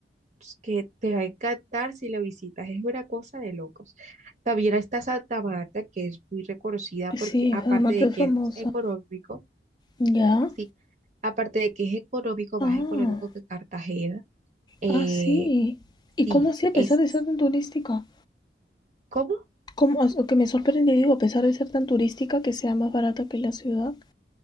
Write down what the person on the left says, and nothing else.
Sí,
Además
es
famosa.
¿Ya?
Ah,
ah, sí. ¿Y
cómo así a pesar
de ser tan turística?
¿Cómo? O sea, que me sorprende, digo, a pesar de ser tan turística, que sea más barata que la ciudad.